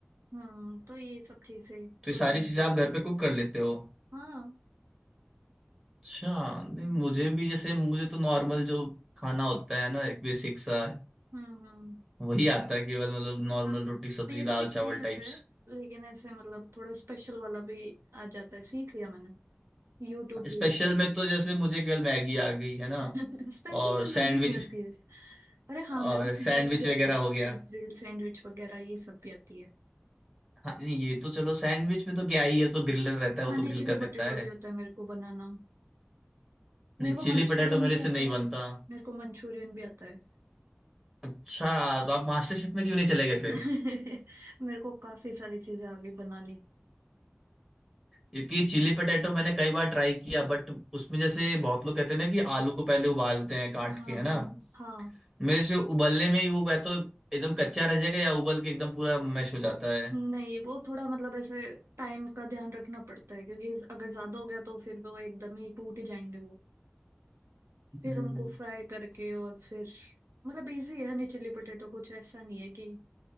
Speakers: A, on the right; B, on the right.
A: हम्म तो ये सब चीजें
B: तो
A: छोटी
B: ये सारी
A: मोटी
B: चीजें आप घर पे कुक कर लेते हो
A: हाँ
B: अच्छा नहीं
A: हम्म
B: मुझे भी जैसे मुझे तो नॉर्मल जो खाना होता है ना एक बेसिक सा
A: हम्म हम्म
B: वही आता है केवल मतलब नॉर्मल
A: अब
B: रोटी सब्जी
A: बेसिक
B: दाल चावल
A: भी
B: टाइप्स
A: आता है लेकिन ऐसे मतलब थोड़ा स्पेशल वाला भी आ जाता है सीख लिया मैंने यूट्यूब
B: स्पेशल
A: देख
B: में तो जैसे मुझे केवल मैगी आ गई है ना
A: में <laughs> स्पेशल
B: और
A: में मैगी
B: सैंडविच
A: नहीं आती है अरे हाँ
B: और
A: मेरे को सैंडविच
B: सैंडविच
A: भी आती
B: वगैरह
A: है
B: हो
A: चीज
B: गया
A: ग्रिल्ड सैंडविच वगैरह ये सब भी आती है
B: हाँ नहीं ये तो चलो सैंडविच में तो क्या ही है तो ग्रिलर रहता है वो
A: खाने
B: तो ग्रिल
A: चिली
B: कर देता
A: पोटेटो
B: है
A: भी आता है मेरे को बनाना मेरे
B: नहीं
A: को
B: चिली
A: मंचूरियन
B: पटेटो मेरे
A: भी
B: से
A: आता
B: नहीं बनता
A: है मेरे को मंचूरियन भी आता है
B: अच्छा तो आप मास्टर शेफ में क्यों नहीं चले गए
A: <laughs>
B: फिर
A: मेरे को काफी सारी चीजें आगे बनानी
B: क्योंकि चिली पटेटो मैंने कई बार ट्राई किया बट उसमें जैसे बहुत लोग कहते हैं ना कि आलू को पहले उबालते हैं काट
A: हाँ
B: के है
A: हाँ
B: ना
A: हाँ
B: मेरे से उबलने में ही वो या तो एकदम कच्चा रह जाएगा या उबल के एकदम पूरा मैश हो जाता है
A: नहीं वो थोड़ा मतलब ऐसे टाइम का ध्यान रखना पड़ता है क्योंकि अगर ज्यादा हो गया तो फिर वो एकदम ही टूट ही जाएंगे वो फिर
B: हम्म
A: उनको फ्राई करके और फिर मतलब इजी है नहीं चिली पोटैटो कुछ ऐसा नहीं है कि